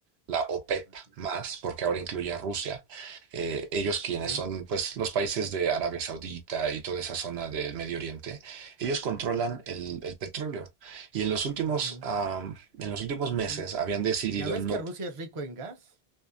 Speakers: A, on the right; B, on the right.
A: la OPEP
B: Ok.
A: más, porque ahora incluye a Rusia, eh, ellos quienes
B: Ok.
A: son pues, los países de Arabia Saudita y toda esa zona del Medio Oriente, ellos controlan el, el petróleo. Y en los últimos,
B: ujú.
A: am, en los últimos meses
B: N-
A: habían decidido
B: ¿Ya ves
A: no
B: que Rusia es rico en gas?